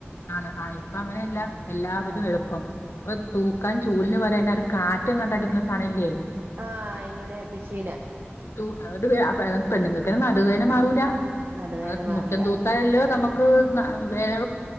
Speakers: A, on the left (about 75°); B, on the right (about 55°).
A: ആണ് ആഹ് ഇപ്പ അങ്ങനെല്ല എല്ലാവരും
B: ആ
A: എളുപ്പം. ഇപ്പൊ തൂക്കാൻ ചൂലിന്ന് പരെന്നാ ഒരു കാറ്റെങ്ങാണ്ട് അടിക്കണ സാനംല്ലേ.
B: ആഹ് ഇങ്ങനെ മെഷീന്.
A: തു <unintelligible> അത് പെണ്ണുങ്ങൾക്കെ നടുവേന മാറൂല
B: നടുവേദന
A: അത്
B: മാറില്ല
A: മുറ്റം തൂത്. ത്താലല്ലോ നമുക്ക് ന വേറെ